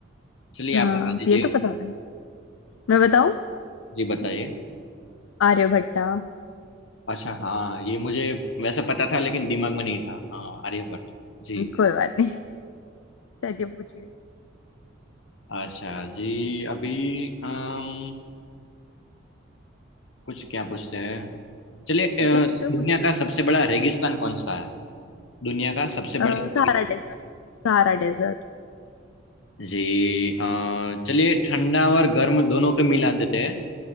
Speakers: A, on the left; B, on the left.
A: चलिए
B: हाँ
A: आप बता दीजिए
B: ये तो पता है मैं बताऊँ
A: जी बताइए
B: आर्यभट्टा
A: अच्छा हाँ ये मुझे वैसे पता था लेकिन दिमाग में नहीं था हाँ आर्यभट्ट जी
B: कोई बात नहीं चलिए पूछिए
A: अच्छा जी अभी अम, कुछ क्या पूछते हैं चलिए अ,
B: पूछो पूछो
A: दुनिया
B: पूछो
A: का सबसे बड़ा रेगिस्तान कौन सा है दुनिया का सबसे बड़ा
B: अ,
A: रेगिस्तान
B: सहारा डेजर्ट सहारा डेजर्ट
A: जी अ, चलिए ठंडा और गर्म दोनों को मिला देते हैं